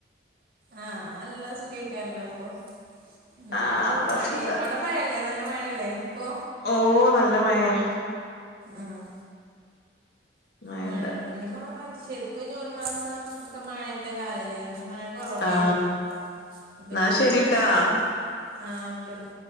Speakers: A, on the right; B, on the left.
A: ആഹ് നല്ല സുഖെക്കാരല്ലോ ഇപ്പോ. ഉം. ഇനി
B: ആ
A: ഇപ്പൊ
B: അപ്പൊ
A: മഴയായി
B: സുഖ
A: അ ഇപ്പോ നല്ല മഴയല്ലേ ഇപ്പൊ
B: ഓ നല്ല മഴയാ.
A: ആഹ്
B: മഴണ്ട്
A: മഴനെ ഇനി മോ ശരിക്കും ജൂൺ മാസം ഒക്കെ മഴന്റെ കാലല്ലല്ലോ. മഴ കുറവായിരുന്നു.
B: ആ
A: ഇപ്പൊ
B: എന്നാ
A: ജൂലൈ
B: ശരിട്ടാ
A: എങ്ങനെയാവോ. ആഹ് ഒക്കെയെന്ന